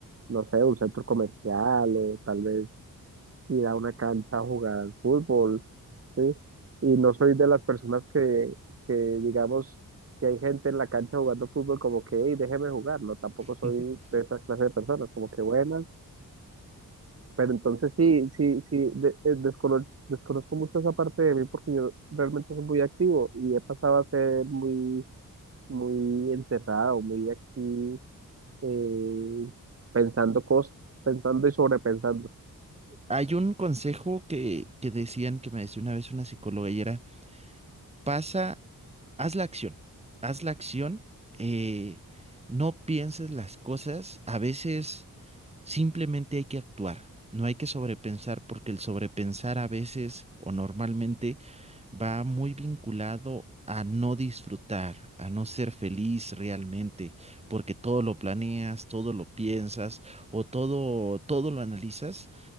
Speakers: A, on the right; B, on the right.
A: no sé, un centro comercial o tal vez ir a una cancha a jugar al fútbol ¿sí? Y no soy de las personas que, que digamos, que hay gente en la cancha jugando fútbol como que, hey, déjeme jugar, no, tampoco
B: <laughs>
A: soy de esa clase de personas, como que buenas, pero entonces sí, sí, sí, de- eh, descono- desconozco mucho esa parte de mí porque yo realmente soy muy activo y he pasado a ser muy, muy encerrado, muy aquí, eh, pensando cosas, pensando y sobrepensando.
B: Hay un consejo que, que decían, que me decía una vez una psicóloga y era, pasa, haz la acción, haz la acción, eh, no pienses las cosas. A veces Simplemente hay que actuar, no hay que sobrepensar porque el sobrepensar a veces o normalmente va muy vinculado a no disfrutar, a no ser feliz realmente, porque todo lo planeas, todo lo piensas o todo, todo lo analizas